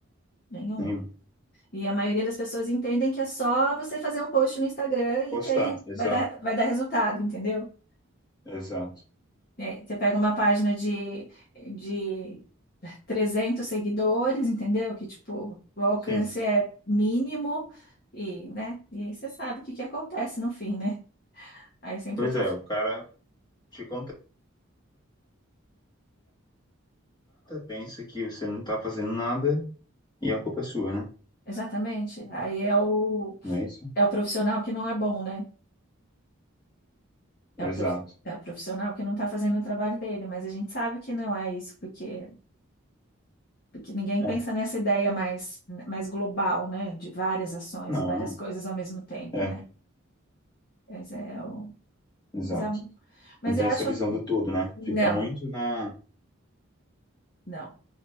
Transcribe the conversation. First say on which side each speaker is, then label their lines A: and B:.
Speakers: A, on the left; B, on the left.
A: Nenhum.
B: Nenhum.
A: E a maioria das pessoas entendem que é só você fazer um post no Instagram e
B: Postar,
A: que aí vai
B: exato,
A: dar, vai dar resultado, entendeu?
B: exato.
A: É, Você pega uma página de, de 300 seguidores, entendeu? Que, tipo, o alcance
B: Sim.
A: é mínimo e, né? E aí você sabe o que que acontece no fim, né? Aí sempre
B: Pois
A: o prof...
B: é, o cara te contrata, pensa que você não tá fazendo nada e a culpa é sua, né?
A: Exatamente. Aí é o,
B: Não é isso?
A: é o profissional que não é bom, né? É o
B: Exato.
A: prof- é o profissional que não tá fazendo o trabalho dele, mas a gente sabe que não é isso, porque porque ninguém
B: É,
A: pensa nessa ideia mais, mais global, né? De várias ações
B: não,
A: e várias coisas ao mesmo tempo,
B: é,
A: né? Mas é o,
B: exato.
A: mas é, um, mas
B: Não tem
A: eu acho,
B: essa visão do todo, né?
A: não,
B: Fica muito na.
A: não.